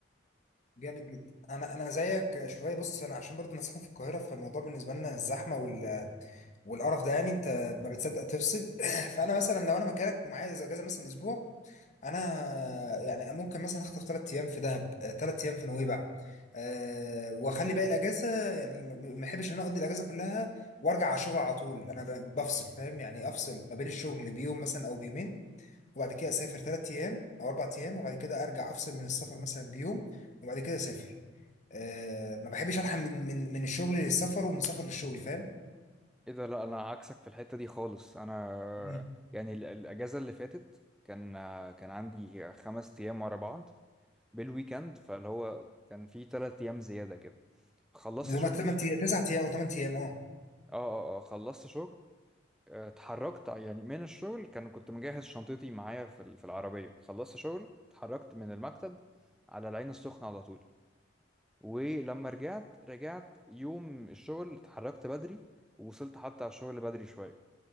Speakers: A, on the left; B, in the centre.
A: جامد جدا انا انا زيك شويه بص انا عشان برضو انا ساكن في القاهره فالموضوع بالنسبه لنا الزحمه وال... والقرف ده يعني انت ما بتصدق تفصل <clears throat> فانا مثلا لو انا مكانك ومعايا إذا اجازه مثلا اسبوع انا يعني ممكن مثلا اخطف ثلاث ايام في دهب ثلاث ايام في نويبع أه واخلي باقي الاجازه يعني ما ما احبش ان انا اقضي الاجازه كلها وارجع على الشغل على طول انا ب- بفصل فاهم يعني افصل ما بين الشغل بيوم مثلا او بيومين وبعد كده اسافر ثلاث ايام او اربع ايام وبعد كده ارجع افصل من السفر مثلا بيوم وبعد كده اسافر آه ما بحبش الحق من من من الشغل للسفر ومن السفر للشغل فاهم
B: ايه ده لا انا عكسك في الحتة دي خالص انا
A: مم.
B: يعني ال- الاجازة اللي فاتت كان كان عندي خمس ايام ورا بعض بالويكند فاللي هو كان في تلات ايام زيادة كده خلصت
A: زي
B: شغل
A: ما 8 تسع ايام او 8 ايام اه
B: اه اه اه خلصت شغل آه، اتحركت يعني من الشغل كان كنت مجهز شنطتي معايا في ال- في العربية خلصت شغل اتحركت من المكتب على العين السخنة على طول ولما رجعت رجعت يوم الشغل اتحركت بدري ووصلت حتى على الشغل بدري شوية